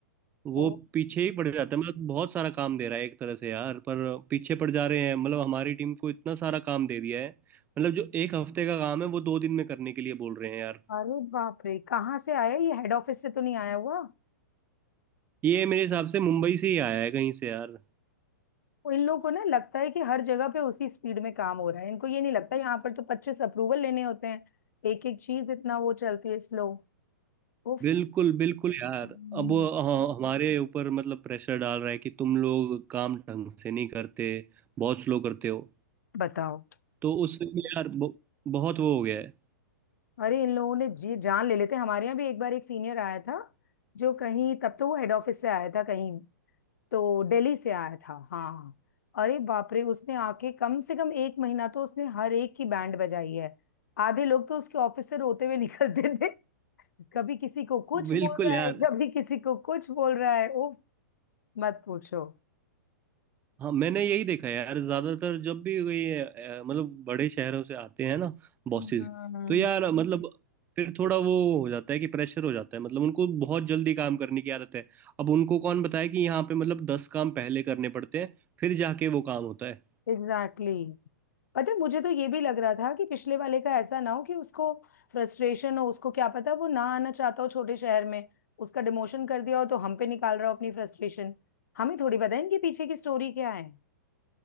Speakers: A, on the right; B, on the left.
A: वो
B: ओ
A: पीछे ही पड़ जाता है मतलब बहुत सारा काम दे रहा है एक तरह से यार पर पीछे पड़ जा रहे हैं मतलब हमारी टीम को इतना सारा काम दे दिया है मतलब जो एक हफ्ते का काम है वो दो दिन में करने के लिए बोल रहे हैं यार
B: अरे बाप रे कहाँ से आया ये हेड ऑफिस से तो नहीं आया हुआ
A: ये मेरे हिसाब से मुंबई से ही आया है कहीं से यार
B: वो इन लोगों को ना लगता है कि हर जगह पे उसी स्पीड में काम हो रहा है इनको ये नहीं लगता यहाँ पर तो पच्चीस अप्रूवल लेने होते हैं एक एक चीज इतना वो चलती है स्लो उफ
A: बिल्कुल बिल्कुल यार
B: हम्म,
A: अब वो हाँ, हमारे ऊपर मतलब प्रेशर डाल रहा है कि तुम लोग काम ढंग से नहीं करते बहुत स्लो करते हो
B: बताओ
A: तो उससे भी यार ब- बहुत वो हो गया है
B: अरे इन लोगों ने जी जान ले लेते हैं। हमारे यहाँ भी एक बार एक सीनियर आया था जो कहीं तब तो वो हेड ऑफिस से आया था कहीं तो दिल्ली से आया था हाँ अरे बाप रे उसने आके कम से कम एक महीना तो उसने हर एक की बैंड बजाई है आधे लोग तो उसके ऑफिस से रोते हुए निकलते थे <laughs> कभी किसी को कुछ
A: बिल्कुल
B: बोल रहा
A: यार
B: है कभी किसी को कुछ बोल रहा है ओ मत पूछो
A: हाँ मैंने यही देखा है यार ज्यादातर जब भी कोई अ, मतलब बड़े शहरों से आते हैं ना बॉसेस
B: हम्म
A: तो यार मतलब फिर थोड़ा वो हो जाता है कि प्रेशर हो जाता है मतलब उनको बहुत जल्दी काम करने की आदत है अब उनको कौन बताए कि यहाँ पे मतलब दस काम पहले करने पड़ते हैं फिर जाके वो काम होता है
B: Exactly exactly. पता है मुझे तो ये भी लग रहा था कि पिछले वाले का ऐसा ना हो कि उसको फ्रस्ट्रेशन हो उसको क्या पता वो ना आना चाहता हो छोटे शहर में उसका डिमोशन कर दिया हो तो हम पे निकाल रहा हो अपनी फ्रस्ट्रेशन हमें थोड़ी पता है इनके पीछे की स्टोरी क्या है